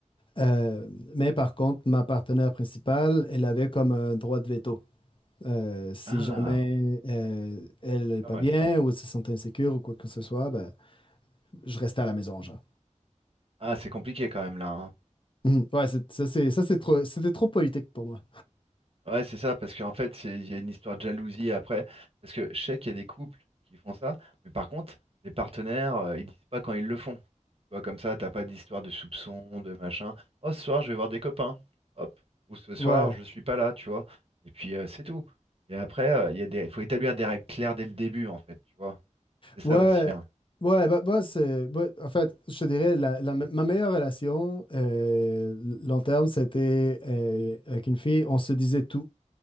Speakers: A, on the left (about 40°); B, on the right (about 45°).
A: Euh, mais par contre, ma partenaire principale, elle avait comme un droit de veto. Euh, si
B: Ah,
A: jamais euh, elle n'est
B: c'est pas
A: pas
B: mal
A: bien
B: ça.
A: ou elle se sentait insécure ou quoi que ce soit, ben, je restais à la maison, genre.
B: Ah, c'est compliqué quand même là. hein.
A: Mhm. Ouais, c'est- ça c'est ça c'est trop c'était trop politique pour moi.
B: Ouais, c'est ça, parce qu'en fait, c'est- il y a une histoire de jalousie après. Parce que je sais qu'il y a des couples qui font ça, mais par contre, les partenaires, euh, ils disent pas quand ils le font. Tu vois, comme ça, t'as pas d'histoire de soupçon, de machin. Oh, ce soir, je vais voir des copains. Hop. Ou ce soir,
A: Ouais.
B: je suis pas là, tu vois. Et puis euh, c'est tout. Et après, euh, il y a des... il faut établir des règles claires dès le début, en fait, tu vois. C'est
A: Ouais.
B: ça aussi, hein.
A: Ouais, bah, bah, c'est ouais, en fait, je te dirais la, la me- ma meilleure relation euh, long terme, c'était euh, avec une fille, on se disait tout